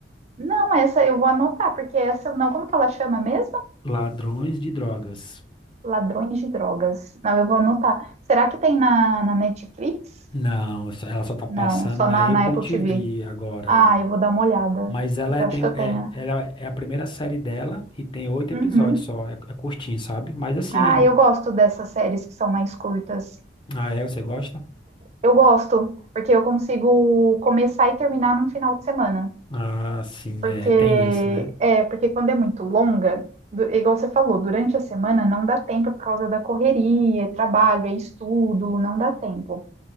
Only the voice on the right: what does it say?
Não, essa eu vou anotar, porque essa eu não. Como que ela chama mesmo?
Ladrões de drogas. Não, eu vou anotar. Será que tem na, na Netflix?
Não, é só
na,
na Apple
TV.
Ah,
eu vou dar uma olhada.
Eu
acho que eu
tenho.
Uhum.
Ah,
eu gosto dessas séries que são mais curtas.
Eu gosto, porque eu consigo começar e terminar num final de semana.
Porque
é, porque quando é muito longa, du- igual você falou, durante a semana não dá tempo por causa da correria, é trabalho, é estudo, não dá tempo.